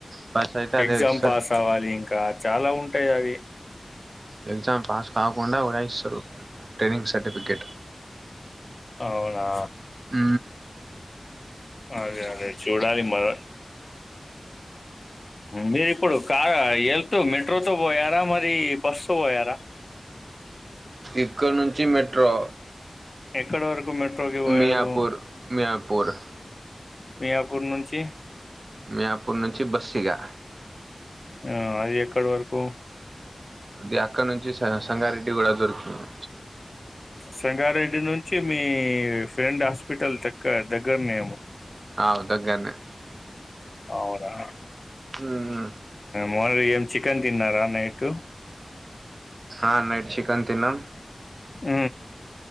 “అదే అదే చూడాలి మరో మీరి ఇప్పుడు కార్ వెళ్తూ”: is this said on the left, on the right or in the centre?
Left